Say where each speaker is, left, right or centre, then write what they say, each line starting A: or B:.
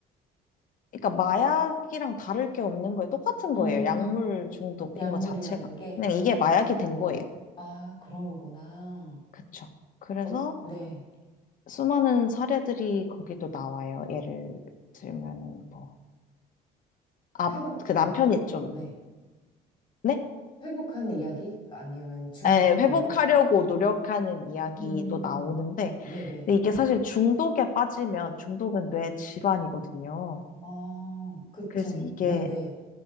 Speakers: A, on the left (about 50°); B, on the left (about 30°).
A: 그러니까 마약이랑 다를 게 없는 거예요. 똑같은
B: 음.
A: 거예요. 약물 중독인
B: 약물이라는
A: 것 자체가.
B: 게,
A: 그냥 이게 마약이 된 거예요.
B: 아, 그런 거구나.
A: 그쵸. 그래서
B: 어, 네.
A: 수많은 사례들이 거기도 나와요. 예를 들면은 뭐, 아,
B: 회복한
A: 그 남편이
B: 것도?
A: 좀,
B: 네.
A: 네?
B: 회복한 이야기? 아니면 중독된
A: 에, 회복하려고
B: 거?
A: 노력하는 이야기도
B: 음,
A: 나오는데,
B: 네네.
A: 근데 이게 사실 중독에 빠지면 중독은 뇌 질환이거든요.
B: 아, 그쵸.
A: 그래서 이게
B: 네네.